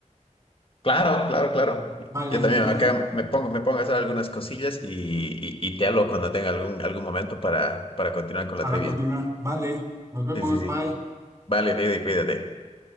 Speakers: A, on the left (about 45°); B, on the right (about 25°).
A: Claro, claro, claro.
B: Vale,
A: Yo
B: entonces,
A: también acá me pongo, me pongo a hacer algunas cosillas y, y- y te hablo cuando tenga algún, algún momento para, para continuar con la
B: para
A: trivia.
B: continuar, vale, nos vemos,
A: Sí, sí, sí.
B: bye.
A: Vale, Heidi, cuídate.